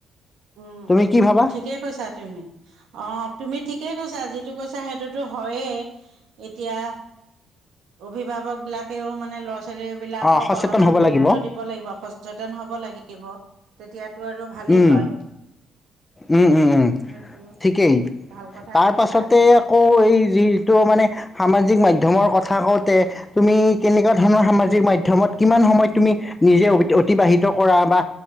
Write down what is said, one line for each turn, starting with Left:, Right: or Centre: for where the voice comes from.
Right: উম
Left: তুমি কি ভাবা
Right: ঠিকে কৈছা তুমি অ তুমি ঠিকে কৈছা যি কৈছা সেইটোতো হয়ে এতিয়া অভিভাৱক বিলাকেও মানে ল'ৰা ছোৱালী বিলাকক
Left: অঁ সচেতন
Right: অলপমান
Left: হ'ব
Right: গুৰুত্ব
Left: লাগিব
Right: দিব লাগিব সচেতন হ'ব লাগিব তেতিয়াতো আৰু ভালেই
Left: উম,
Right: হয়
Left: উম উম উম
Right: সেইটো
Left: ঠিকেই
Right: ভাল কথাই
Left: তাৰ
Right: কৈছা
Left: পাছতে আকৌ এই যিটো মানে সামাজিক ক মাধ্যমৰ কথা কওঁতে তুমি কেনেকুৱা ধৰণৰ সামাজিক মাধ্যমত কিমান সময় তুমি নিজে অতিবাহিত কৰা বা